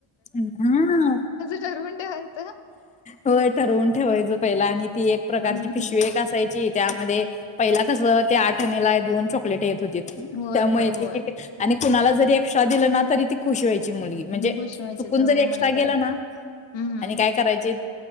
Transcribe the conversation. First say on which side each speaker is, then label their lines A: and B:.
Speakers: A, on the left; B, on the left.
A: हा
B: ठरवून ठेवायचं."
A: होय ठरवून ठेवायचं पहिला आणि ती एक प्रकारची
B: हं,
A: पिशवी
B: हं.
A: एक असायची त्यामध्ये पहिला कसं. ते आठ आण्याला दोन चॉकलेट येत.
B: होय,
A: त्यामुळे
B: होय, होय.
A: एक एक आणि कुणाला जरी एक्स्ट्रा दिलं ना तरी ती खुशी व्हाय.. ची मुलगी म्हणजे
B: मग खुश व्हायचीत
A: चुकून
B: होय
A: जरी एक्स्ट्रा
B: मला
A: गेला
B: जादा.
A: ना
B: हं,
A: आणि काय करायचे